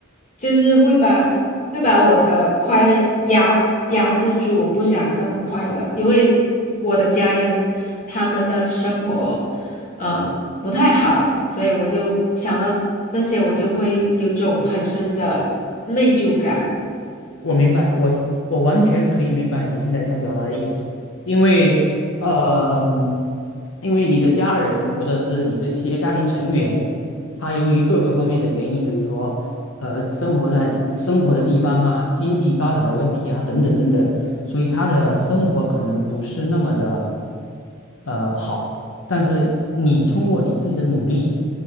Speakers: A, on the left; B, on the left.
A: 就是会把会把我的快乐压制压制住，我不想那么快乐，因为我的家人他们的生活呃不太好，所以我就想到那些，我就会有种很深的内疚感。
B: 我明白，我我完全可以明白你现在想表达的意思，因为呃，因为你的家人或者是你的一些家庭成员，他由于各个方面的原因，比如说呃生活在生活的地方啊、经济发展的问题啊等等等等，所以他的生活可能不是那么的呃好。但是你通过你自己的努力，